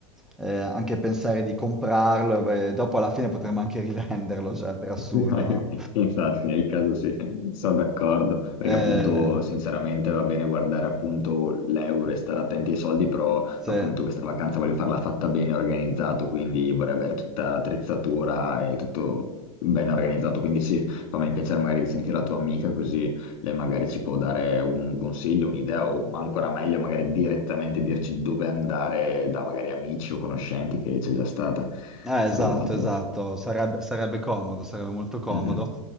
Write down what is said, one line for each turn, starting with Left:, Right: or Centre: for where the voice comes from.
Centre: eh, anche pensare di comprarlo e dopo alla fine potremmo anche rivenderlo, cioè per assurdo,
Left: <laughs>
Centre: no?
Left: Infatti, nel caso sì, sono d'accordo, perché
Centre: Eh,
Left: appunto sinceramente va bene guardare appunto l'euro e stare attenti ai soldi, però
Centre: sì.
Left: appunto questa vacanza voglio farla fatta bene, organizzato, quindi vorrei avere tutta l'attrezzatura e tutto ben organizzato, quindi sì, fammi il piacere magari di sentire la tua amica, così lei magari ci può dare un consiglio, un'idea, o ancora meglio magari direttamente dirci dove andare da magari amici o conoscenti che c'è già stata,
Centre: Eh,
Left: sarebbe
Centre: esatto,
Left: molto
Centre: esatto, sarebbe, sarebbe comodo, sarebbe molto comodo.
Left: utile.